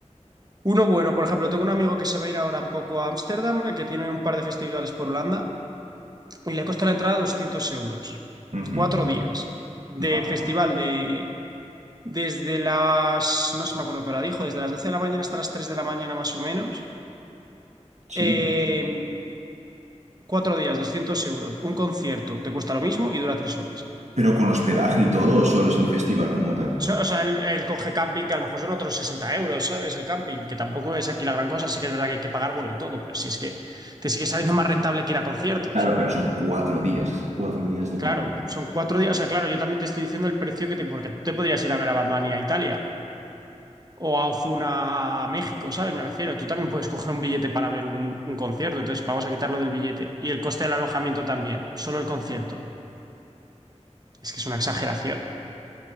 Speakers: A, on the right; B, on the right.
A: uno bueno. Por ejemplo, tengo un amigo que se va a ir ahora un poco a Ámsterdam, que tiene un par de festivales por Holanda. y le costó la entrada 200 euros.
B: Ujú,
A: Cuatro días de
B: nada
A: festival
B: más.
A: de desde las, no sé me acuerdo qué hora dijo, desde las 12 de la mañana hasta las 3 de la mañana más o menos.
B: Sí.
A: Eh, cuatro días, 200 euros. Un concierto te cuesta lo mismo y dura tres horas.
B: Pero con hospedaje y todo, ¿o solo es el festival como tal?
A: So, O sea, el, el coge camping, que a lo mejor son otros sesenta euros, ¿sabes? El camping, que tampoco es aquí la gran cosa. Sí que es verdad que hay que pagar bolo y todo, pero si es que te sigue saliendo más rentable que ir a conciertos.
B: Claro, pero son cuatro días. Cuatro días de concierto.
A: Claro, son cuatro días. O sea, claro, yo también te estoy diciendo el precio que te. Porque tú te podrías ir a ver a Batman y a Italia o a Ozuna a México, ¿sabes? Me refiero, tú también puedes coger un billete para ver un, un concierto, entonces vamos a quitarlo del billete. Y el coste del alojamiento también, solo el concierto. Es que es una exageración.